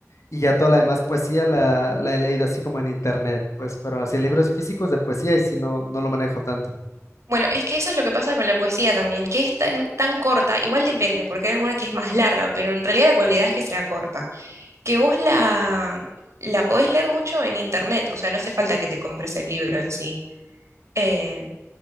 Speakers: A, on the left (about 70°); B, on the right (about 65°).
A: Y ya toda la demás poesía la, la he leído así como en internet, pues, pero así libros físicos de poesía y si no, no lo manejo tanto.
B: Bueno, es que eso es lo que pasa con la poesía también, que es tan, tan corta, igual depende, porque hay alguna que es más larga, pero en realidad la cualidad es que sea corta. Que vos la, la podés leer mucho en internet, o sea, no hace falta que te compres el libro en sí. Eh,